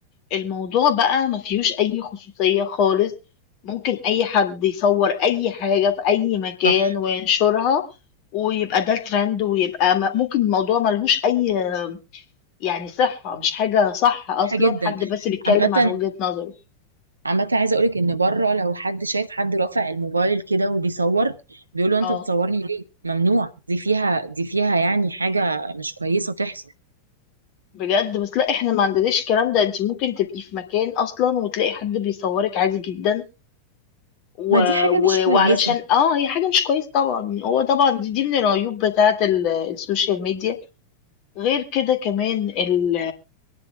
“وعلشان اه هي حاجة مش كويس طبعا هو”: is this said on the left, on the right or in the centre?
Left